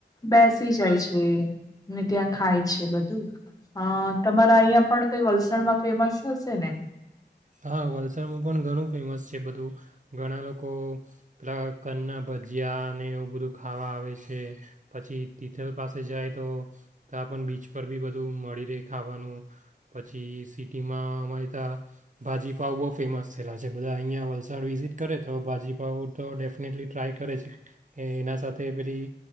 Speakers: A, on the left; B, on the right.
A: બેસી જાય છે ત્યાં ખાય છે બધું. હા તમાર અહીયાં પણ કઈ વલસાડમાં ફેમસ હશેને?
B: હા વલસાડમાં પણ ઘણું ફેમસ છે બધું ઘણા લોકો પેલા કનના ભજીયા અને એવું બધું ખાવા આવે છે પછી તિથલ પાસે જાય તો ત્યાં પણ બીચ પર બી બધું મળી રેય. ખાવાનું પછી સિટીમાં અમારી તયાં ભાજીપાઉ બહુ ફેમસ થયેલા છે બધા અહીંયા વલસાડ વિઝિટ કરે તો ભાજીપાઉ તો ડેફ નેટલી ટ્રાય કરે છે કે એના સાથે પેલી